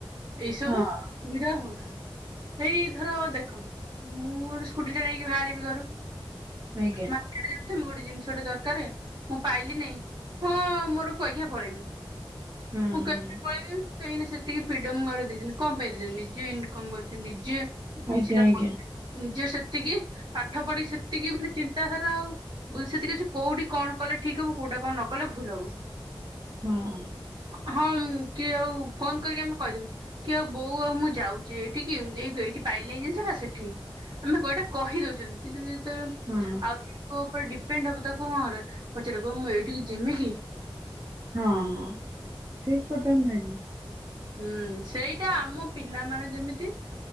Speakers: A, on the right; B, on the right.
A: ଏଇ ସବୁ
B: ହଁ ହଁ
A: ସୁବିଧା ହୁଅନ୍। ସେଇ ଧର ଦେଖ ମୁଁ ଗୋଟ ସ୍କୁଟି ଟା ନେଇକି ବାହାରିବି ଘରୁ
B: ଆଜ୍ଞା
A: ମାର୍କେଟ ପ୍ରମ ତମେ ଗୋଟେ ଜିନିଷ ଟେ ଦରକାର, ମୁଁ ପାଇଲି ନାଇଁ ହଁ ମୋର କୁଆଖିଆ ପଳେଇମି
B: ହଁ
A: ମୁଁ କହିଖିଆ
B: ହଁ।
A: ପଳେଇମି କାହିଁକିନା ସେତିକି ଫିଡମ ଘରେ ଦେଇଛନ୍ତି, କଣ ପାଇଁ ଦେଇଛନ୍ତି ନିଜେ ଇନକମ କରୁଛନ୍ତି ନିଜେ କିଛିଟା
B: ଆଜ୍ଞା
A: କମପିଳିଟ
B: ଆଜ୍ଞା
A: ନିଜ। ସେତିକି ପାଠ ପଢିକି ସେତିକି ମାନେ ଚିନ୍ତାଧାରା ଆଉ ବୁଝ ସେତିକି ଅ କୋଉଠି କଣ କଲେ ଠିକ ହବ କ। କଉଟା କଣ ନ କଲେ ଭୁଲ ହବ
B: ହଁ
A: ହଁ କି ଆଉ ଫୋନ କରିକି ଆମେ କହିଦେମୁ, କି ଆଉ ବୋଉ ଆଉ ମୁଁ ଯାଉଛି ଏଇଠ କି ଏଇ ପାଇଲେଣି ଜିନିଷଟା ସେଠି ଆମେ ଏଟା କହିଦଉଛନ୍ତି, କିନ୍ତୁ
B: ହଁ
A: ଆଗ ଉପ ପେଣ୍ଡ ପ ତା କଣରେ ପଚାର କ ମୁଁ ଏଇଠିକି ଯିମି କି?
B: ହଁ ହ ଠିକ କଥା ନୁହେଁ କି?
A: ହୁଁ ସେଇଟା ଆମ ପିଲାମାନେ ଯେମିତି